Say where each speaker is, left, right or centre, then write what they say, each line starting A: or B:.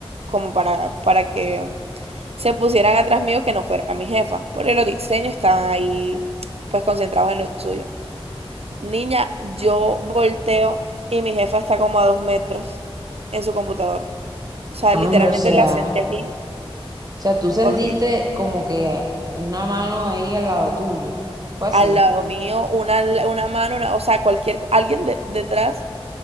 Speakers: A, on the right; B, on the right.
A: como para, para que se pusieran atrás mío que no fuera mi jefa. Porque los diseños estaban ahí pues concentrados en lo suyo. Niña, yo volteo y mi jefa está como a dos metros en su computador. O sea,
B: Anda,
A: literalmente
B: o sea,
A: la senté
B: o
A: aquí.
B: sea, tú sentiste
A: Horrible.
B: como que una mano ahí al lado tuyo. Fue así.
A: Al lado mío, una, una mano, una, o sea, cualquier, alguien de- detrás